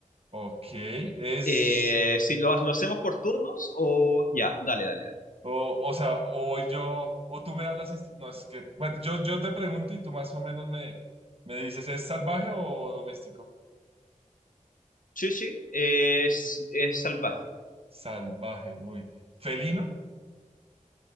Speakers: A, on the right (about 45°); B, on the left (about 90°).
A: Ok, es...
B: Eh, si ¿lo, lo hacemos por turnos o...? Ya, dale, dale, dale.
A: O, o sea, o hoy yo, o tú me hablas, inst- no, es que, bueno, yo, yo te pregunto y tú más o menos me, me dices, ¿es salvaje o doméstico?
B: Sí, sí, es, es salvaje.
A: Salvaje, uy. ¿Felino?